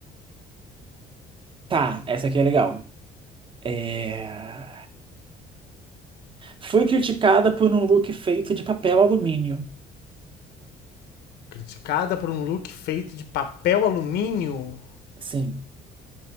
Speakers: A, on the right; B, on the left.
A: Tá, essa aqui é legal. É... Fui criticada por um look feito de papel alumínio.
B: Criticada por um look feito de papel alumínio
A: Sim,